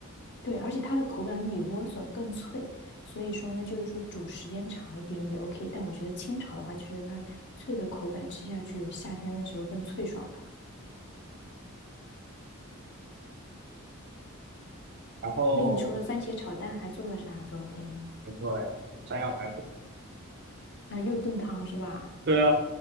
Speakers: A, on the left; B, on the right.
A: 对，而且它的口感比莴笋更脆，所以说呢，就是说煮时间长一点也 OK。但我觉得清炒的话，就是它脆的口感吃下去，夏天的时候更脆爽吧。
B: 然后
A: 那你除了番茄炒蛋还做了啥啊？昨天
B: 没错了呀，山药排骨
A: 啊，又炖汤是吧？
B: 对啊，